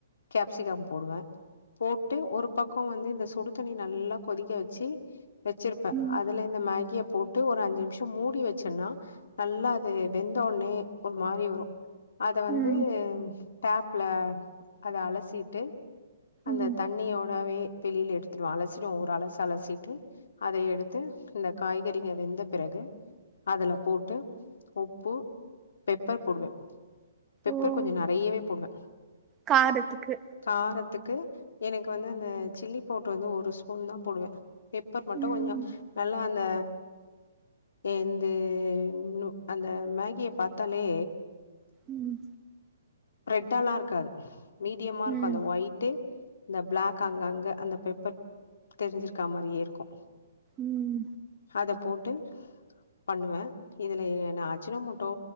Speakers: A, on the left (about 75°); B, on the right (about 15°).
A: கேப்சிகம் போடுவே போட்டு ஒரு பக்கோ வந்து இந்த சுடு தண்ணி நல்லா கொதிக்க வெச்சு வெச்சிருப்பே
B: ம்
A: அதுல இந்த மேகிய போட்டு ஒரு அஞ்சு நிமிஷ மூடி வெச்சன்னா நல்லா அது வெந்தோன்னே ஒரு மாரி வரு அத வந்து
B: ம்
A: டேப்ல அத அலசிட்டு அந்த
B: ம்
A: தண்ணியோடவே வெளில எடுத்துருவோ அலசிடுவோ ஒரு அலசு அலசிட்டு அத எடுத்து இந்த காய்கறிக வெந்த பிறகு அதுல போட்டு உப்பு பெப்பர் போடுவே பெப்பர்
B: ஓ
A: கொஞ்ச நெறையவே போடுவே
B: காரத்துக்கு
A: காரத்துக்கு எனக்கு வந்து அந்த சில்லி பவுட்ரு வந்து ஒரு ஸ்பூன் தா போடுவே பெப்பர் மட்டும்
B: ம்
A: கொஞ்ச நல்லா அந்த என்து இந்த அந்த மேகியை பாத்தாலே
B: ம்
A: ரெட்டால்லா இருக்காது மீடியமா இருக்கு
B: ம்
A: அந்த ஒய்ட்டு இந்த பிளாக் அங்க அங்க அந்த பெப்பர் தெரிஞ்சிருக்க மாரியே இருக்கு
B: உம்
A: அத போட்டு பண்ணுவே இதுல நா அஜினோ மோட் டோ